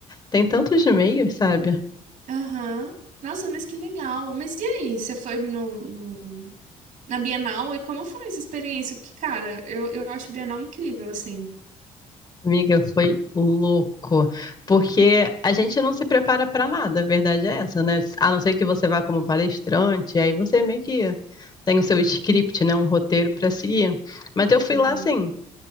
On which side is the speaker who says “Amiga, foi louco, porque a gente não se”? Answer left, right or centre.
Left